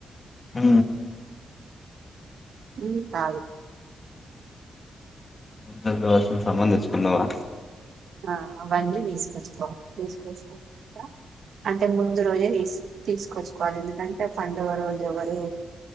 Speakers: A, on the left; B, on the right.
A: ఊ
B: హు కాదు
A: పూజ కు కావాల్సిన సామాన్ తెచ్చుకున్నావా.
B: ఆ అవన్నీ తీసుకోవచ్చు కోవాలి. తీసుకొచ్చుకున్నాంక అంటే ముందు రోజు తి తీసుకొచ్చుకోవాలి ఎందుకంటే పండగ రోజు ఎవరు